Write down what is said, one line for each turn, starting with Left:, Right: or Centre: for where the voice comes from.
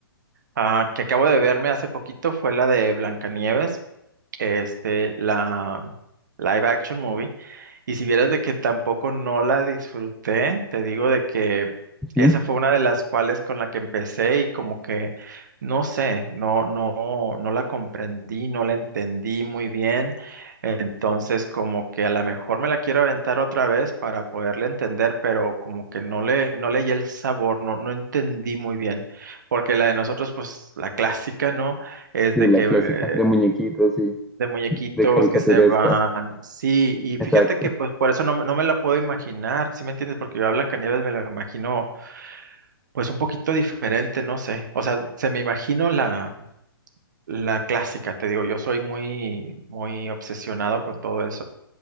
Right: ah, que acabo de verme hace poquito, fue la de Blancanieves. este, la live action movie. Y si vieras de que tampoco no la disfruté, te digo de que
Centre: Sí,
Right: esa fue una de las cuales con la que empecé y como que, no sé, no, no, no la comprendí, no la entendí muy bien. Entonces, como que a lo mejor me la quiero aventar otra vez para poderla entender, pero como que no le, no le hallé el sabor, no, no entendí muy bien. Porque la de nosotros, pues, la clásica, ¿no? es
Centre: de
Right: de
Centre: la
Right: que
Centre: clásica, de muñequitos y
Right: de muñequitos
Centre: de caricaturesca.
Right: que se van. Sí, y
Centre: Exacto.
Right: fíjate que pues por eso no, me- no me la puedo imaginar, ¿sí me entiendes? Porque yo a Blancanieves me la imagino pues un poquito diferente, no sé. O sea, se me imagino la, la clásica, te digo, yo soy muy, muy obsesionado con todo eso.